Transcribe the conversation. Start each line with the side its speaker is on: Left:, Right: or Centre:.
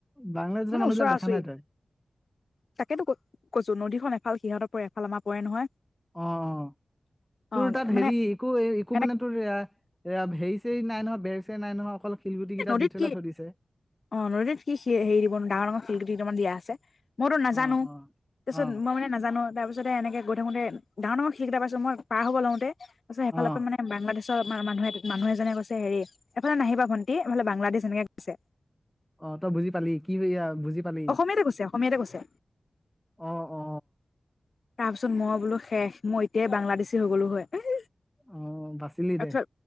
Centre: বাংলাদেশ
Left: মানে
Centre: মানুহবিলাক
Left: ওচৰা
Centre: দেখা
Left: ওচৰি
Centre: নাই তই।
Left: তাকেতো কৈছো নদীখন এফাল সিহঁতৰ পৰে এফাল আমাৰ পৰে নহয়।
Centre: অঁ
Left: অ',
Centre: তোৰ তাত
Left: মানে
Centre: হেৰি ইকো ইকো
Left: এ
Centre: মানে তোৰ এয়া হেৰী - হেই নাই নহয় বেৰ চেৰ নাই নহয় অকল শিলগুটি কেইটা
Left: নদীত
Centre: দি থেলাই
Left: কি
Centre: থৈ দিছে।
Left: অ নদীত সি সি এই ডাঙৰ ডাঙৰ শিলগুটি কেইটামান দিয়া আছে। মইতো নাজানো
Centre: অ অ
Left: তাৰ পাছত
Centre: অ
Left: মই মানে নাজানো তাৰ পিছতে এনেকে গৈ থাকোতে মই ডাঙৰ ডাঙৰ শিল কেইটা পাইছো মই পাৰ হব লওঁতে হেইফালৰ
Centre: অ
Left: পৰা মানে - বাংলাদেশৰ মানুহে মানুহ এজনে কৈছে হেৰি এইফালে নাহিবা ভণ্টি এইফালে বাংলাদেশ এনেকে কৈছে।
Centre: অ', তই বুজি পালি, কি এয়া বুজি পালি
Left: অসমীয়াতে কৈছে, অসমীয়াতে কৈছে।
Centre: অ', অ'।
Left: তাৰপিছত মই বোলো শেষ, মই এতিয়াই বাংলাদেশী হৈ গ'লো হয়।
Centre: অ বাচিলি
Left: তাৰপিছত
Centre: দে